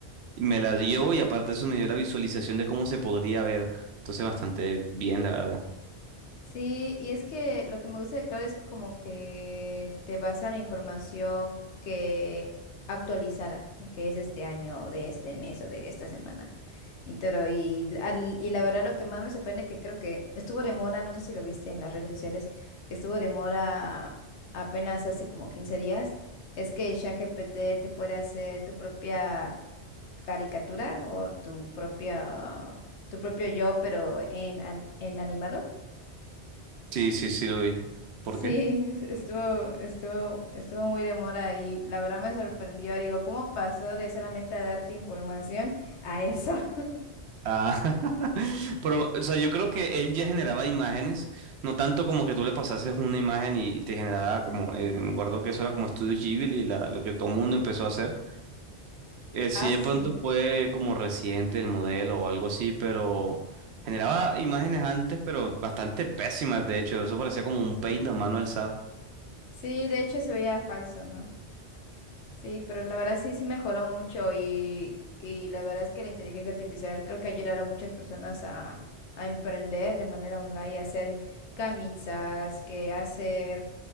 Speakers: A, on the right (about 75°); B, on the left (about 90°).
A: y me la dio y aparte de eso me dio la visualización de cómo se podría ver, entonces bastante bien, la verdad.
B: Sí, y es que lo que me gusta de Claude es que como que te basa en la información que actualizara, que es de este año, o de este mes o de esta semana. Y, pero, y, al- y la verdad lo que más me sorprende que creo que estuvo de moda, no sé si lo viste en las redes sociales, que estuvo de moda apenas hace como 15 días, es que ChatGPT te puede hacer tu propia caricatura o tu propia tu propio yo, pero en, an- en animado.
A: Sí, sí, sí lo vi.
B: Sí,
A: ¿Por qué?
B: <laughs> es- estuvo, estuvo, estuvo muy de moda y la verdad me sorprendió. Digo, ¿cómo pasó de solamente a darte información a eso? <laughs>
A: Ah, <laughs> pero, o sea, yo creo que él ya generaba imágenes, no tanto como que tú le pasases una imagen y te generaba como, eh, me acuerdo que eso era como Studio Ghibli, la, lo que todo el mundo empezó a hacer. Eh, sí,
B: Ah,
A: de
B: sí.
A: pronto fue como reciente el modelo o algo así, pero generaba imágenes antes, pero bastante pésimas, de hecho, eso parecía como un paint a mano alzada.
B: Sí, de hecho se veía falso, ¿no? Sí, pero la verdad sí, sí mejoró mucho y, y la verdad es que la inteligencia artificial creo que ayudará a muchas personas a, a emprender de manera online, a hacer camisas, que hacer